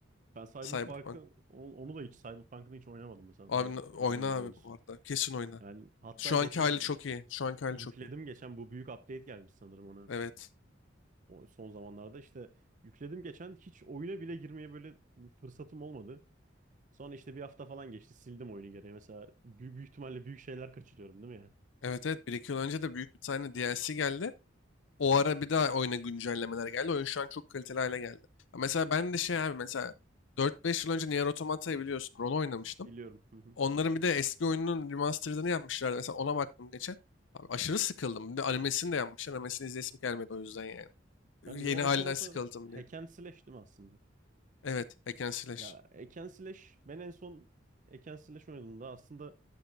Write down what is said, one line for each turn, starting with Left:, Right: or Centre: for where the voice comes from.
Right: Ben Cyberpunk'ı
Left: Cyberpunk.
Right: on- onu da hiç Cyberpunk'ını hiç oynamadım mesela daha
Left: Abi n- oyna
Right: girmedim
Left: abi
Right: henüz.
Left: bu arada. Kesin oyna.
Right: Yani hatta
Left: Şu
Right: geçen
Left: anki hali çok iyi. Şu anki hali
Right: yükledim
Left: çok iyi.
Right: geçen bu büyük update gelmiş sanırım ona.
Left: Evet.
Right: O son zamanlarda işte yükledim geçen hiç oyuna bile girmeye böyle fırsatım olmadı. Sonra işte bir hafta falan geçti sildim oyunu geriye. Mesela büyük, büyük ihtimalle büyük şeyler kaçırıyorum değil mi yani?
Left: Evet evet. Bir iki yıl önce de büyük bir tane DLC geldi. O ara bir daha oyuna güncellemeler geldi. Oyun şu an çok kaliteli hale geldi. Ya Mesela ben de şey abi mesela dört beş yıl önce Nier Automata'yı biliyorsun. Onu oynamıştım.
Right: Biliyorum. Hı hı.
Left: Onların bir de eski oyununun remastered'ını yapmışlardı. Mesela ona baktım geçen. Abi aşırı sıkıldım. Bir de animesini de yapmışlar. Animesini izlesim gelmedi o yüzden yani. Yeni
Right: Yani Nier
Left: halinden
Right: Automata
Left: sıkıldım
Right: hack
Left: diye.
Right: and slash değil mi aslında?
Left: Evet. Hack and Slash.
Right: Ya Eken Slash ben en son Eken Slash oynadığımda aslında